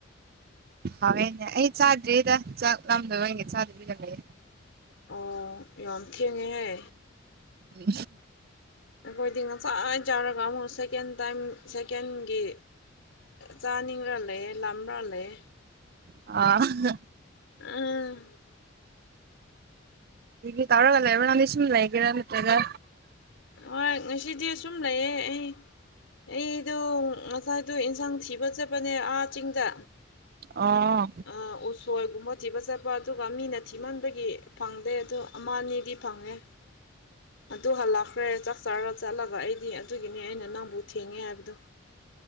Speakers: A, on the right; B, on the left.
A: ꯍꯋꯦꯅꯦ ꯑꯩ ꯆꯥꯗ꯭ꯔꯤꯦꯗ ꯆꯥꯛ ꯌꯥꯝꯝꯗꯣꯏ ꯑꯣꯏꯅꯒ ꯆꯥꯗꯔꯝꯃꯦ
B: ꯑꯣ ꯌꯥꯝ ꯊꯦꯡꯉꯦꯍꯦ
A: ꯎ
B: ꯑꯩꯈꯣꯏꯗꯤ ꯉꯆꯥꯥꯏ ꯆꯥꯔꯒ ꯑꯃꯨꯛ ꯁꯦꯀꯦꯟ ꯇꯥꯏꯝ ꯁꯦꯀꯦꯟꯒꯤ ꯆꯥꯅꯤꯡꯂ ꯂꯩ ꯂꯝꯔꯥ ꯂꯩ
A: ꯑ
B: ꯑꯝ
A: ꯏ ꯇꯧꯔꯒ ꯏꯔ ꯅꯁꯤꯂ ꯍꯒꯦꯔ ꯅꯠꯇ꯭ꯔꯦꯒ
B: ꯍꯣꯏ ꯉꯁꯤꯗꯤ ꯑꯁꯨꯝ ꯂꯩꯌꯦ ꯑꯩ ꯑꯩꯗꯣ ꯉꯁꯥꯏꯗꯣ ꯑꯦꯟꯁꯥꯡ ꯊꯤꯕ ꯆꯠꯄꯅꯦ ꯑꯥ ꯆꯤꯡꯗ
A: ꯑꯣ
B: ꯑ ꯑꯣ ꯁꯣꯋꯏꯒꯨꯝꯃ ꯊꯤꯕ ꯆꯠꯄ ꯑꯗꯨꯒ ꯃꯤꯅ ꯊꯤꯃꯟꯕꯒꯤ ꯐꯪꯗꯦ ꯑꯗꯨ ꯑꯃ ꯑꯅꯤꯗꯤ ꯐꯪꯉꯦ ꯑꯗꯨ ꯍꯜꯂꯛꯈ꯭ꯔꯦ ꯆꯥꯛ ꯆꯥꯔ ꯆꯠꯂꯒ ꯑꯩꯗꯤ ꯑꯗꯨꯒꯤꯅꯦ ꯑꯩꯅ ꯅꯪꯕꯨ ꯊꯦꯡꯉꯦ ꯍꯥꯏꯕꯗꯣ